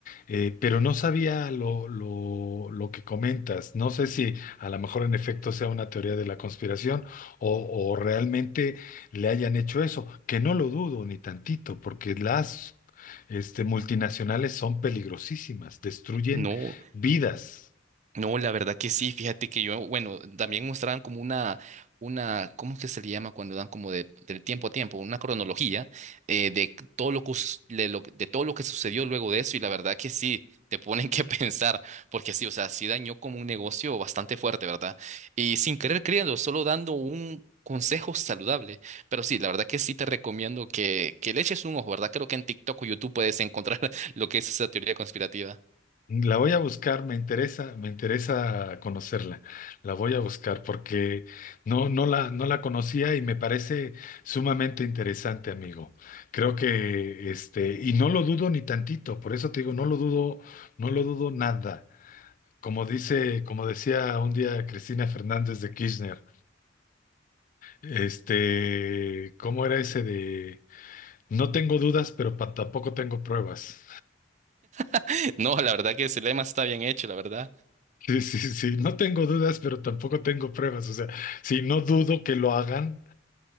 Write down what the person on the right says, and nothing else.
No.
No, la verdad que sí, fíjate que yo, bueno, también mostraban como una, una, ¿cómo es que se le llama cuando dan como de, del tiempo a tiempo? Una cronología eh, de c- todo lo que, us- de lo, que- de todo lo que sucedió luego de eso y la verdad que sí, te ponen que <laughs> pensar, porque sí, o sea, sí dañó como un negocio bastante fuerte, ¿verdad? Y sin querer creyendo, solo dando un consejo saludable, pero sí, la verdad que sí te recomiendo que, que le eches un ojo, ¿verdad? Creo que en TikTok o YouTube puedes encontrar <laughs> lo que es esa teoría conspirativa.
<laughs> No, la verdad que ese lema está bien hecho, la verdad.